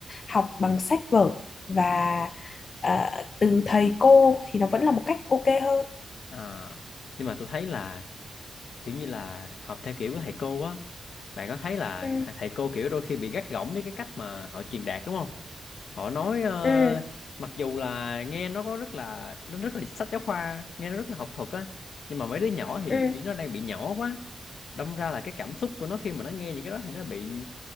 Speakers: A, on the left; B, on the left.
A: học bằng sách vở và ờ, từ thầy cô thì nó vẫn là một cách ok hơn
B: à. nhưng mà tôi thấy là kiểu như là học theo kiểu của thầy cô á bạn có thấy là
A: ừ
B: thầy cô kiểu đôi khi bị gắt gỏng với cái cách mà họ truyền đạt đúng không họ nói ờ,
A: ừ
B: mặc dù là nghe nó có rất là nó rất là sách giáo khoa nghe nó rất là học thuật á nhưng mà mấy đứa nhỏ thì
A: ừ
B: kiểu nó đang bị nhỏ quá đâm ra là cái cảm xúc của nó khi mà nó nghe những cái đó thì nó bị